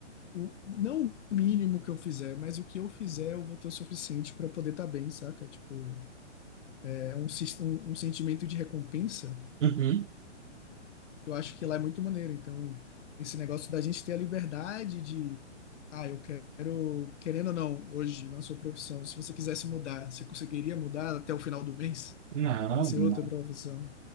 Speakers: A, on the left (about 75°); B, on the right (about 80°).
A: o, não o mínimo que eu fizer, mas o que eu fizer eu vou ter o suficiente para poder estar bem, saca? Tipo, é um, sis- um um sentimento de recompensa
B: Uhum.
A: Eu acho que lá é muito maneiro. Então, esse negócio da gente ter a liberdade de, ah, eu quero, querendo ou não, hoje na sua profissão, se você quisesse mudar, você conseguiria mudar até o final do mês
B: Não,
A: para ser
B: não,
A: outra profissão?